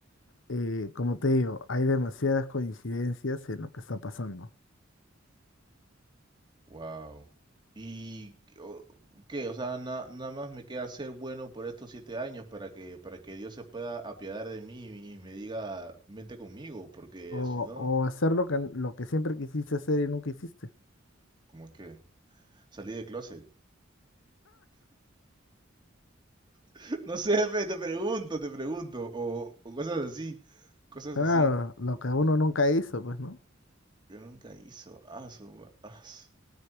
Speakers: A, on the left; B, on the right.
A: eh, como te digo, hay demasiadas coincidencias en lo que está pasando.
B: Wow. ¿Y o- qué? O sea, na- nada más me queda ser bueno por estos siete años para que, para que Dios se pueda apiadar de mí y me diga, vente conmigo, porque
A: O,
B: si no,
A: o hacer lo que, lo que siempre quisiste hacer y nunca hiciste.
B: como que salí de closet. <laughs> No sé, fe, te pregunto, te pregunto, o, o cosas así, cosas
A: Claro,
B: así.
A: lo que uno nunca hizo, pues, ¿no?
B: Yo nunca hizo, ah, su ma- ah, su-